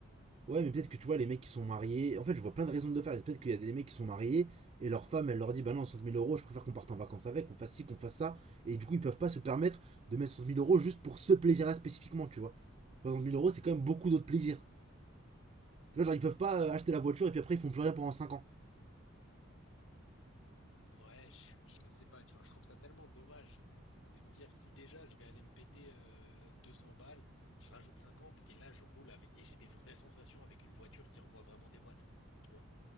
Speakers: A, on the right; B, on the left.
A: Ouais, mais peut-être que tu vois, les mecs qui sont mariés. En fait, je vois plein de raisons de le faire. Peut-être qu'il y a des mecs qui sont mariés et leur femme, elle leur dit Bah non, 60 000 euros, je préfère qu'on parte en vacances avec, qu'on fasse ci, qu'on fasse ça. Et du coup, ils peuvent pas se permettre de mettre 60 000 euros juste pour ce plaisir-là spécifiquement, tu vois. 60 000 euros, c'est quand même beaucoup d'autres plaisirs. Tu vois, genre, ils peuvent pas euh, acheter la voiture et puis après, ils font plus rien pendant cinq ans.
B: ouais, <laughs> je, je sais pas, tu vois, je trouve ça tellement dommage de me dire si déjà je vais aller me péter euh, 200 balles, je rajoute 50 et là je roule avec et j'ai des vraies sensations avec une voiture qui envoie vraiment des watts, tu vois.